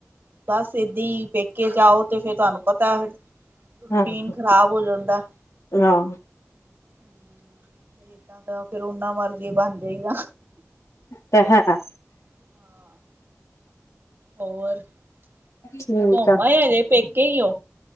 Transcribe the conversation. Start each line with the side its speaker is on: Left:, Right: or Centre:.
Right: ਬਸ, ਏਦਾਂ ਈ ਪੇਕੇ ਜਾਓ ਤੇ ਫੇਰ ਤੁਹਾਨੂੰ ਪਤਾ ਹੈ। ਰੂਟੀਨ
Left: ਆਹ
Right: ਖਰਾਬ ਹੋ ਜਾਂਦਾ।
Left: ਆਹ
Right: ਫਿਰ ਏਦਾਂ ਦਾ ਫੇਰ, ਉਹਨਾਂ ਵਰਗੇ ਬਣ ਜਾਈਦਾ।
Left: ਤੈਂ, ਹੈਂ-ਹਾਂ।
Right: ਹਾਂ ਹੋਰ, ਤੁ
Left: ਠੀਕ
Right: ਘੁੰਮ
Left: ਆ
Right: ਆਏ, ਹਜੇ ਪੇਕੇ ਈ ਓ?